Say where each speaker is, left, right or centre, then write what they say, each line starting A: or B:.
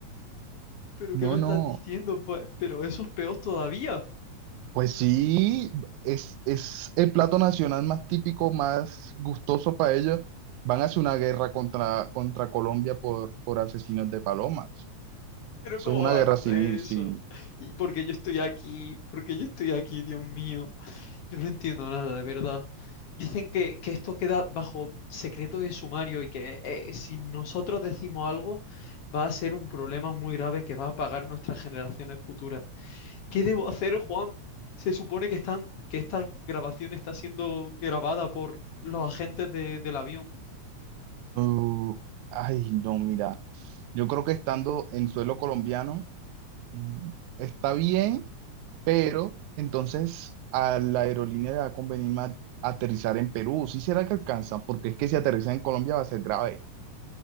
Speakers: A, on the left (about 60°); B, on the right (about 85°).
A: ¿Pero
B: No,
A: qué me
B: no.
A: estás diciendo? Pues, pero eso es peor todavía.
B: Pues sí, es, es el plato nacional más típico, más gustoso para ellos. Van a hacer una guerra contra, contra Colombia por, por asesinos de palomas.
A: ¿Pero
B: Eso
A: cómo
B: es una
A: va
B: guerra
A: a
B: civil,
A: ser
B: sí.
A: eso? ¿Y por qué yo estoy aquí? ¿Por qué yo estoy aquí, Dios mío? Yo no entiendo nada, de verdad. Dicen que, que esto queda bajo secreto de sumario y que eh, si nosotros decimos algo va a ser un problema muy grave que va a pagar nuestras generaciones futuras. ¿Qué debo hacer, Juan? Se supone que están, que esta grabación está siendo grabada por los agentes de- del avión.
B: Uh, ay, no, mira. Yo creo que estando en suelo colombiano mm, está bien, pero entonces a la aerolínea le va a convenir más aterrizar en Perú. ¿Sí será que alcanza? Porque es que si aterriza en Colombia va a ser grave.